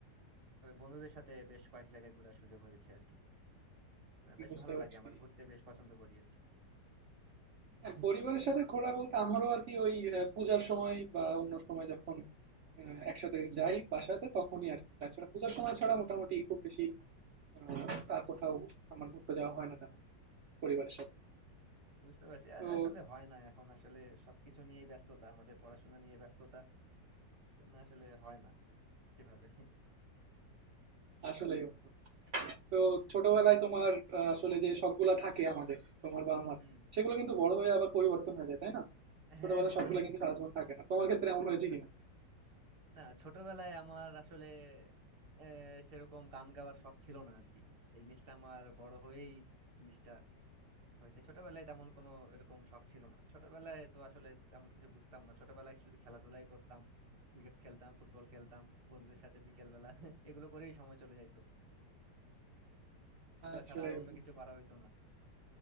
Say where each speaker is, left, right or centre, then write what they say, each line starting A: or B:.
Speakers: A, on the right; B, on the right.
A: তবে বন্ধুদের সাথে বেশ কয়েক জায়গায় ঘোরার সুযোগ হয়েছে আর কি আহ,
B: আমি
A: বেশ
B: বুঝতে
A: ভালো
B: পারছি।
A: লাগে আমার ঘুরতে বেশ পছন্দ করি আর কি <laughs>
B: হ্যাঁ, পরিবারের সাথে ঘোরা বলতে আমারও আরকি ওই আ পূজার সময় বা অন্য সময় যখন আ একসাথে যাই বাসাতে তখনই আরকি। তাছাড়া পূজার সময় ছাড়া মোটামুটি খুব বেশি আহ, আর কোথাও আমার ঘুরতে যাওয়া হয় না কেন পরিবারের সাথে
A: বুঝতে পারছি আর
B: তো
A: আসলে হয় না এখন আসলে সবকিছু নিয়েই ব্যস্ততা আমাদের পড়াশোনা নিয়ে ব্যস্ততা না আসলে হয় না সেভাবে
B: আসলেই বন্ধু তো ছোটবেলায় তোমার আহ, আসলে যে শখগুলা থাকে আমাদের তোমার বা আমার
A: হুম
B: সেগুলো কিন্তু বড় হয়ে আবার পরিবর্তন হয়ে যায় তাই না ছোটবেলার
A: হ্যাঁ হ্যাঁ
B: শখগুলো
A: হ্যাঁ।
B: কিন্তু সারা জীবন থাকে না তোমার ক্ষেত্রে এমন হয়েছে
A: না
B: কিনা
A: না ছোটবেলায় আমার আসলে আহ, সেরকম গান গাওয়ার শখ ছিল না আর কি এই জিনিসটা আমার বড় হয়েই জিনিসটা হয়েছে ছোটবেলায় তেমন কোনো এরকম শখ ছিল না ছোটবেলায় তো আসলে তেমন কিছু বুঝতাম না ছোটবেলায় শুধু খেলাধুলাই করতাম ক্রিকেট খেলতাম ফুটবল খেলতাম বন্ধুদের সাথে বিকেল বেলা <laughs> এগুলো করেই সময় চলে যাইতো এগুলো
B: আসলে
A: ছাড়া আর অন্য
B: বন্ধু।
A: কিছু করা হইতো না